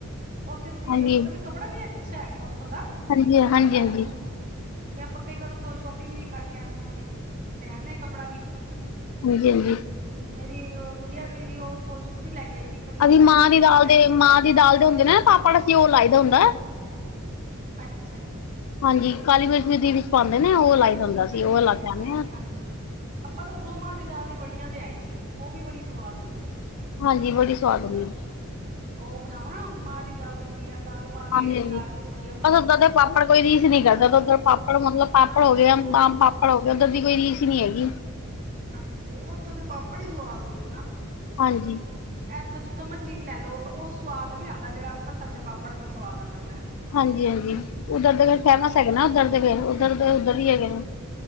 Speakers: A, on the right; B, on the left.
A: ਉੱਥੇ ਦੀ
B: ਹਾਂਜੀ
A: ਮਤਲਬ ਕੱਪੜਾ ਵੀ ਅੱਛਾ ਹੈਗਾ ਓਥੋਂ ਦਾ
B: ਹਾਂਜੀ
A: ਅੰਬਰਸਰ
B: ਹਾਂਜੀ
A: ਦਾ। ਤੇ
B: ਹਾਂਜੀ
A: ਆਪਾਂ ਕਈ ਵਾਰ ਓਥੋਂ ਸ਼ੋਪ ਪਿੰਗ ਵੀ ਕਰਕੇ ਆਨੇ, ਲੇ ਆਨੇ ਆ ਕੱਪੜਾ ਵੀ।
B: ਹਾਂਜੀ
A: ਤੇ
B: ਹਾਂਜੀ
A: ਮੇਰੀ ਓ ਗੁੜੀਆ ਗਈ ਸੀ ਓ ਉੱਥੋਂ ਜੁੱਤੀ ਲੈ ਕੇ ਆਈ ਸੀ। ਪੰਜਾਬੀ
B: ਅਸੀਂ ਮਾਂ
A: ਜੁੱਤੀ
B: ਦੀ
A: ਫੇਮਸ
B: ਦਾਲ
A: ਹੈਗੀ
B: ਦੇ,
A: ਅੰਬਰਸਰ
B: ਮਾਂ ਦੀ ਦਾਲ ਦੇ ਹੁੰਦੇ ਨੇ ਨਾ ਪਾਪੜ ਅਸੀ ਓ ਲਾਈ ਦਾ ਹੁੰਦੈ।
A: ਅੱਛਾ ਜੀ।
B: ਹਾਂਜੀ ਕਾਲੀ ਮਿਰਚ ਮੇਰੀ ਦੀਦੀ ਪਾਂਦੇ ਨੇ ਓ ਲਾਈ ਦਾ ਹੁੰਦਾ ਸੀ
A: ਹਾਂਜੀ,
B: ਓ ਲਾ ਕੇ ਆਨੇ
A: ਹਾਂਜੀ,
B: ਆ।
A: ਹਾਂਜੀ। ਆਪਾਂ ਤਾਂ ਉੱਥੋਂ ਮਾਂ ਦੀ ਦਾਲ ਦੀ ਵੜੀਆਂ ਲਿਆਏ ਸੀ ਓ ਵੀ ਬੜੀ ਸੁਆਦ ਹੁੰਦੀਆਂ ਸੀ।
B: ਹਾਂਜੀ ਬੜੀ ਸੁਆਦ ਹੁੰਦੀਆਂ।
A: ਓ ਬਣਾਓ ਨਾ ਮਾਂ ਦੀ ਦਾਲ ਦੀ ਵੜੀਆ ਦਾਲ ਪਾ ਕੇ
B: ਹਾਂਜੀ
A: ਯਾਂ
B: ਹਾਂਜੀ
A: ਆਲੂ ਵੜੀਆ ਬਣਾਓ।
B: ਬਸ ਉੱਦਾਂ ਦੇ ਪਾਪੜ ਕੋਈ ਰੀਸ ਈ ਨੀ ਕਰਦਾ ਤਾਂ ਉਧਰ ਪਾ ਪਾਪੜ ਮਤਲਬ ਪਾਪੜ
A: ਹਾਂਜੀ,
B: ਹੋ ਗਿਆ,
A: ਹਾਂਜੀ,
B: ਆਮ ਪਾ-ਪਾਪੜ ਹੋ ਗਿਆ ਓਧਰ ਦੀ ਕੋਈ ਰੀਸ਼ ਈ ਨੀ ਹੈਗੀ।
A: ਹਾਂਜੀ ਓਥੋਂ ਦੇ ਪਾਪੜ ਈ ਸੁਆਦ ਹੁੰਦੇ ਨਾ।
B: ਹਾਂਜੀ।
A: ਐਥੋਂ ਜਿੱਥੋਂ ਮਰਜ਼ੀ ਲੈ ਲਓ ਓ ਸੁਆਦ ਨੀ ਆਂਦਾ ਜੇੜਾ ਅੰਬਰਸਰ ਦੇ ਪਾਪੜ ਚੋ ਸੁਆਦ ਆ ਲੱਗਦੈ।
B: ਹਾਂਜੀ-ਹਾਂਜੀ। ਉੱਧਰ ਦੇ ਫੇਰ ਫੇਮੈਸ ਹੈਗੇ ਨਾ ਉੱਧਰ ਦੇ ਫੇਰ ਉੱਧਰ ਦੇ ਉੱਧਰ ਹੀ ਹੈਗੇ ਨੇ।